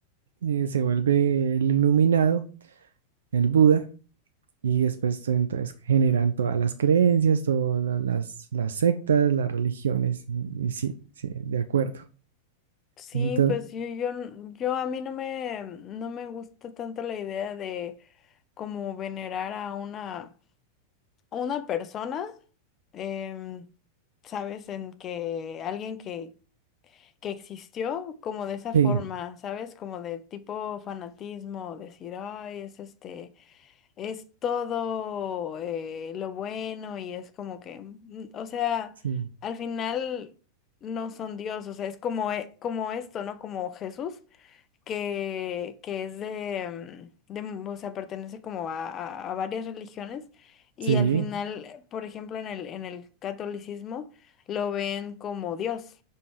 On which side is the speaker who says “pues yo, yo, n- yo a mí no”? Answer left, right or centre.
Left